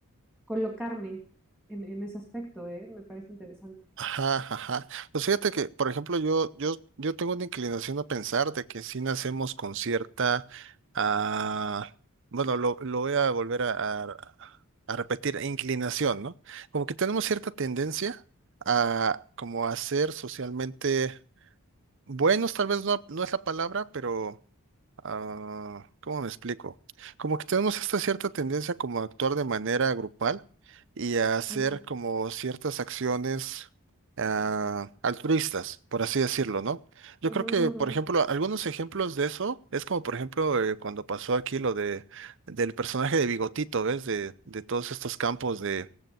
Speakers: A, in the centre; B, on the right (about 55°).
A: colocarme en, en ese aspecto, ¿eh? Me parece interesante.
B: Ajá, ajá. Pues fíjate que, por ejemplo, yo, yo, yo tengo una inclinación a pensar de que si nacemos con cierta, ah, bueno, lo, lo voy a volver a, a- a repetir, inclinación, ¿no? Como que tenemos cierta tendencia a como a ser socialmente buenos, tal vez no, no es la palabra, pero ah, ¿cómo me explico? Como que tenemos esta cierta tendencia como a actuar de manera grupal y a hacer
A: Ujú,
B: como ciertas acciones ah, altruistas, por así decirlo, ¿no? Yo
A: ujú,
B: creo que,
A: ujú,
B: por
A: ujú.
B: ejemplo, algunos ejemplos de eso es como, por ejemplo, eh, cuando pasó aquí lo de del personaje de Bigotito, ¿ves? De, de todos estos campos de